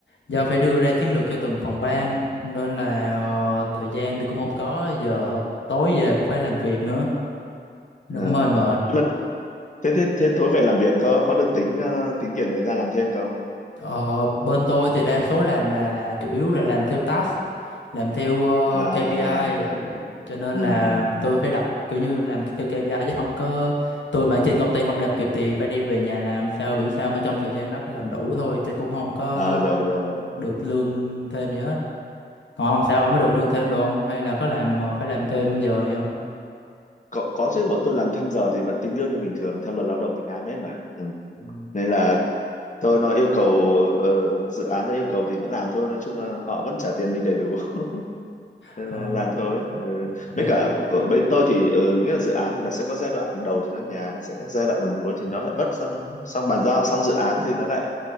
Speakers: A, on the left; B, on the left.
A: Do phải đưa ra chiến lược cho từng phòng ban
B: ừ,
A: nên là ờ, thời gian thì cũng không có. Giờ tối về cũng phải làm việc nữa nên
B: Ờ.
A: cũng hơi mệt.
B: Nhưng mà thế thế thế tối về làm việc có có được tính ờ, tính tiền thời gian làm thêm không
A: Ờ, bên tôi thì đa số làm là chủ yếu là làm theo task, làm theo ờ,
B: à, à
A: KPI,
B: à, rồi
A: cho nên
B: ừ,
A: là
B: ừ.
A: tôi phải đặt kiểu như làm theo KPI chứ không có tôi mà ở trên công ty không làm kịp thì phải đem về nhà làm sao biển sao mà trong thời gian đó phải làm đủ thôi chứ cũng không có
B: à, rồi rồi
A: được lương thêm gì hết. Còn ông sao ông có được lương thêm được không? Hay là có làm ờ, phải làm thêm giờ gì không?
B: có có chứ bọn tôi làm thêm giờ thì vẫn tính lương như bình thường theo luật lao động Việt Nam hết mà ừ.
A: Ừ.
B: nên là thôi nó yêu cầu ờ, dự án nó yêu cầu thì vẫn làm thôi nói chung là họ vẫn trả tiền mình đầy đủ <laughs> nên
A: Ờ,
B: là làm thôi ừ.
A: hiện,
B: với cả của bên tôi thì ừ, nghĩa là dự án thì nó sẽ có giai đoạn đầu thì nó nhàn sẽ có giai đoạn gần cuối thì nó lại vất xong xong bàn giao xong dự án thì nó lại